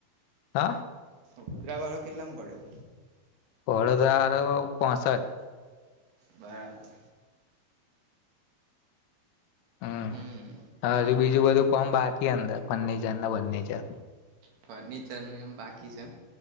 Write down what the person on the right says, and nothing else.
વડોદરા વાળો કેટલા માં પડ્યો?
બરાબર.
હમ
ફર્નિચર ને એમ બાકી છે.